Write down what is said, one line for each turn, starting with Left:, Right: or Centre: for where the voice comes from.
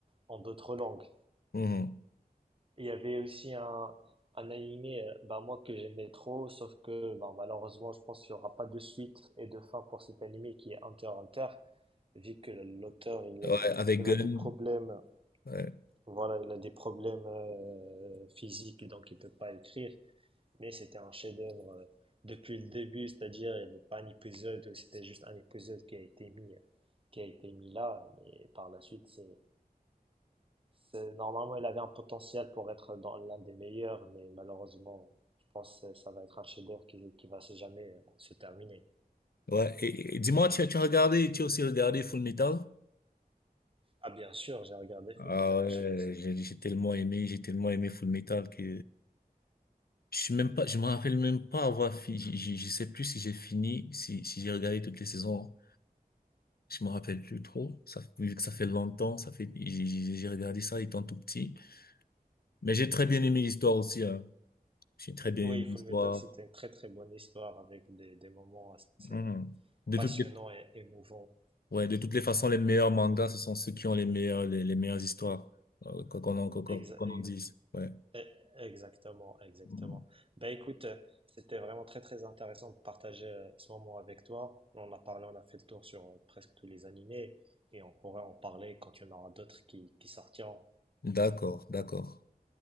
Right: en d'autres langues.
Left: Mhm.
Right: Il y avait aussi un, un animé, euh, bah, moi, que j'aimais trop, sauf que, bah, malheureusement, je pense qu'il n'y aura pas de suite et de fin pour cet animé qui est Hunter x Hunter, vu que l'auteur, il
Left: Ouais,
Right: est,
Left: avec
Right: il
Left: Gun.
Right: a des problèmes,
Left: Ouais.
Right: voilà, il a des problèmes, euh, physiques, donc il peut pas écrire. Mais c'était un chef-d'œuvre euh, depuis le début, c'est-à-dire, il n'y avait pas un épisode où c'était juste un épisode qui a été mis, qui a été mis là, et par la suite, c'est, c'est normalement, il avait un potentiel pour être dans l'un des meilleurs, mais malheureusement, je pense que ça va être un chef-d'œuvre qui, qui va se jamais euh, se terminer.
Left: Ouais. Et, et- et dis-moi, tu, as- tu as regardé, tu as aussi regardé Full Metal?
Right: Ah, bien sûr, j'ai regardé Full
Left: Ah
Right: Metal
Left: ouais,
Right: Alchemist.
Left: j'ai j'ai tellement aimé, j'ai tellement aimé Full Metal que je suis même pas, je me rappelle même pas avoir fini, je, je, je sais plus si j'ai fini, si, si j'ai regardé toutes les saisons. Je me rappelle plus trop. Ça, vu que ça fait longtemps, ça fait, j'ai j'ai- j'ai regardé ça étant tout petit. Mais j'ai très bien aimé l'histoire aussi, hein. J'ai très bien
Right: Oui,
Left: aimé
Right: Full
Left: l'histoire.
Right: Metal, c'était une très très bonne histoire avec des, des moments assez
Left: Mhm.
Right: euh,
Left: De
Right: passionnants
Left: toutes les,
Right: et émouvants.
Left: ouais, de toutes les façons, les meilleurs mangas, ce sont ceux qui ont les meilleurs, les, les meilleures histoires, euh, qu'on qu'on en, qu'on qu'on-
Right: Exa-
Left: qu'on en dise. Ouais.
Right: E- Exactement, exactement.
Left: Mhm.
Right: Ben écoute, euh, c'était vraiment très très intéressant de partager euh, ce moment avec toi. On a parlé, on a fait le tour sur euh, presque tous les animés et on pourrait en parler quand il y en aura d'autres qui, qui sortiront.
Left: D'accord, d'accord.